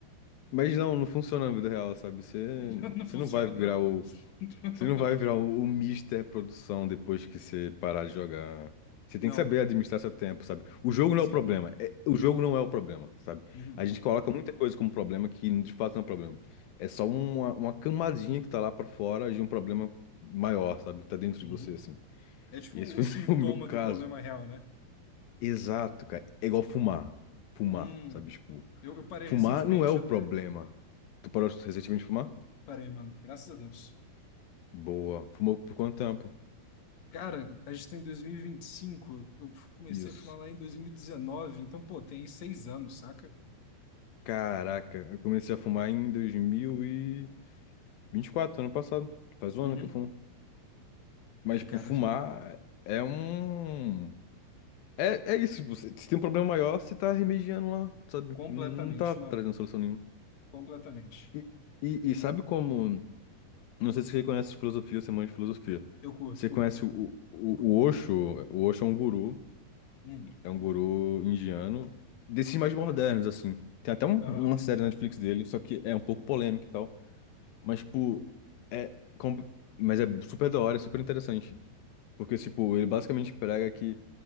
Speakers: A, on the left; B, on the left.
A: mas não, não funciona na vida real, sabe? Você,
B: <laughs> Não
A: você
B: funciona,
A: não vai virar
B: não.
A: o.
B: <laughs>
A: Você não vai virar o, o Mister Produção depois que você parar de jogar. Você tem
B: Não,
A: que saber administrar seu tempo, sabe? O jogo não
B: sim.
A: é o problema. é- o jogo não é o problema, sabe?
B: Uhum.
A: A gente coloca muita coisa como problema que de fato não é um problema. É só uma, uma camadinha que tá lá pra fora de um problema maior, sabe? Tá dentro de
B: Uhum.
A: você, assim.
B: É tipo
A: E esse foi
B: o sintoma
A: <laughs> o meu caso.
B: do problema real, né?
A: Exato, cara. É igual fumar. Fumar,
B: Hum.
A: sabe? Tipo,
B: Eu, eu parei
A: fumar
B: recentemente
A: não é o
B: até.
A: problema. Tu parou recentemente de fumar?
B: Parei, mano. Graças a Deus.
A: Boa. Fumou por quanto tempo?
B: Cara, a gente tá em dois mil e vinte e cinco Eu comecei
A: Isso.
B: a fumar lá em 2019. Então, pô, tem aí seis anos, saca?
A: Caraca, eu comecei a fumar em dois mil e e vinte e quatro, ano passado. Faz um
B: Uhum.
A: ano que eu fumo. Mas,
B: É,
A: tipo,
B: cara,
A: fumar é um. É, é isso, tipo, se se tem um problema maior, você tá remediando lá, sabe?
B: completamente,
A: Não tá trazendo
B: mano.
A: solução nenhuma.
B: Completamente.
A: E, e, e sabe como. Não sei se você conhece filosofia, você manja de filosofia.
B: Eu curto,
A: Você
B: curto.
A: conhece o, o, o Osho? O Osho é um guru,
B: Hum.
A: é um guru indiano, desses mais modernos, assim. Tem até um-
B: Aham.
A: uma série na Netflix dele, só que é um pouco polêmica e tal. Mas, tipo, é, com- mas é super da hora, é super interessante. Porque, tipo, ele basicamente prega que.